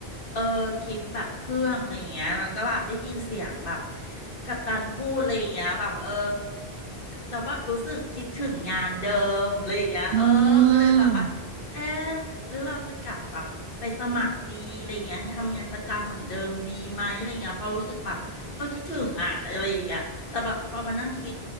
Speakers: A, on the left; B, on the right.
A: เออคลิปแบบเครื่องอะไรเงี้ยแล้วก็แบบได้ยินเสียงแบบกัปตันพูดอะไรเงี้ยแบบเออแล้วแบบรู้สึกคิดถึงงานเดิมอะไรเงี้ยเออก็เลยแบบว่าเออ
B: อืม
A: หรือเราจะกลับแบบไปสมัครดีอะไรเงี้ยทำงานประจำเหมือนเดิมดีไหมอะไรเงี้ยเพราะรู้สึกแบบเออคิดถึงอ่ะอะไรอย่างเงี้ยแต่แบบพอมานั่งคิด